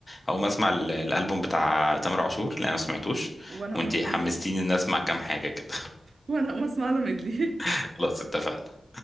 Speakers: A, on the left (about 20°); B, on the right (about 50°).
A: أقوم أسمع ال- الألبوم بتاع تامر عاشور لا ما سمعتوش
B: وانا اقوم
A: وأنتي
B: اسمع
A: حمستيني
B: له ميدلي
A: إن أسمع كام حاجة كده
B: وانا اقوم اسمع له ميدلي
A: <laughs>
B: <laughs>
A: خلاص اتفقنا